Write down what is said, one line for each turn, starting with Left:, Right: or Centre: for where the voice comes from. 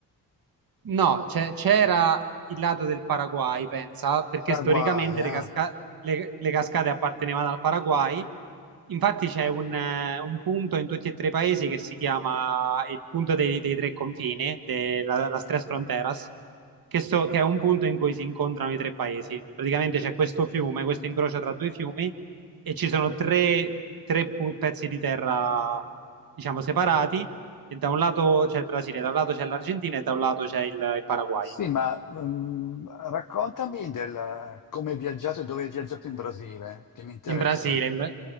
Right: No, c'è- c'era il lato del Paraguay, pensa, perché
Left: Paraguay,
Right: storicamente
Left: ah.
Right: le, casca- le- le cascate appartenevano al Paraguay. Infatti c'è un, eh, un punto in tutti e tre i paesi che si chiama il punto dei, dei tre confini, della, las Tres Fronteras, che, so- che è un punto in cui si incontrano i tre paesi. Praticamente c'è questo fiume, questo incrocio tra due fiumi, e ci sono tre, tre pu- pezzi di terra, diciamo, separati e da un lato c'è il Brasile, da un lato c'è l'Argentina e da un lato c'è il, il Paraguay.
Left: Sì, ma mm, raccontami del come hai viaggiato e dove hai viaggiato in Brasile, che mi interessa.
Right: In Brasile, in-